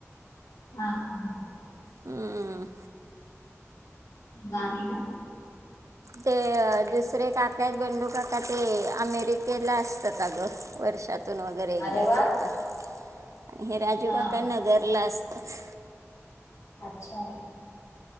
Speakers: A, on the left; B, on the right.
A: हा. हा. ह.
B: हम्म.
A: गाणी ला.
B: ते दुसरे काका आहेत. गडू काका ते अमेरिकेत. ला असतात अगं वर्षातून वगैरे एकदाच
A: अरे वा
B: येतात. आणि हे राजू
A: हा
B: काका नगरला असतात.
A: अच्छा.